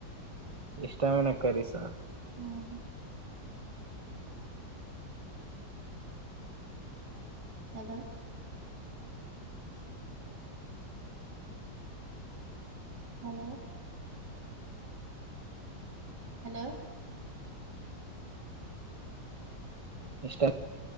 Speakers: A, on the right (about 35°); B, on the right (about 70°).
A: ఇష్టమైన కర్రీసా
B: హ్మ్ హలో హలో హలో
A: ఇష్టమే